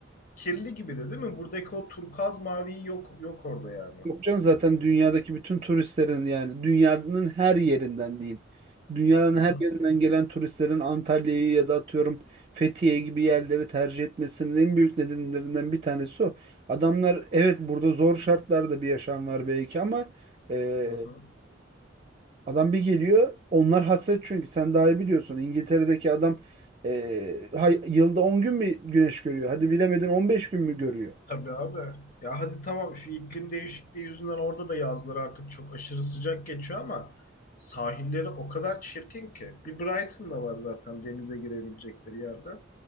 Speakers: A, on the left; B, on the right.
A: kirli gibi de değil mi? Buradaki o turkuaz mavi yok yok orada yani.
B: Yok canım zaten dünyadaki bütün turistlerin yani dünyanın her yerinden diyeyim. Dünyanın
A: Hı
B: her
A: hı,
B: yerinden gelen turistlerin Antalya'yı ya da atıyorum Fethiye gibi yerleri tercih etmesinin en büyük nedenlerinden bir tanesi o. Adamlar evet burada zor şartlarda bir yaşam var belki ama e,
A: hı hı.
B: adam bir geliyor onlar hasret çünkü sen daha iyi biliyorsun İngiltere'deki adam e, hay- yılda 10 gün mü güneş görüyor? Hadi bilemedin 15 gün mü görüyor?
A: Tabii abi. Ya hadi tamam şu iklim değişikliği yüzünden orada da yazlar artık çok aşırı sıcak geçiyor ama sahilleri o kadar çirkin ki. Bir Brighton'da var zaten denize girebilecekleri yerler.